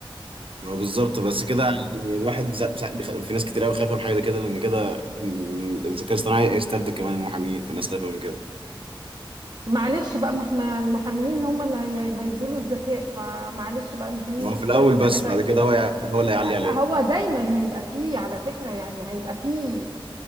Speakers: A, on the right; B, on the right.
A: ما هو بالظبط بس كده يعني الواحد سا- سا- بيخ- في ناس كتير قوي خايفه من حاجه زي كده لان كده ال- الذكاء الاصطناعي هيستبدل كمان المحامين فالناس خايفه من كده
B: فمعلش بقى ما احنا المحاميين هم اللي هي- هيدوا له الذكاء فمعلش بقى المحامين
A: ما
B: ممكن
A: هو في
B: يشتغلوا
A: الاول
B: حاجه
A: بس
B: تانية
A: بعد كده هو يع- هو اللي هيعلي
B: لا
A: عليهم
B: هو دايما هيبقى فيه على فكرة يعني هيبقى فيه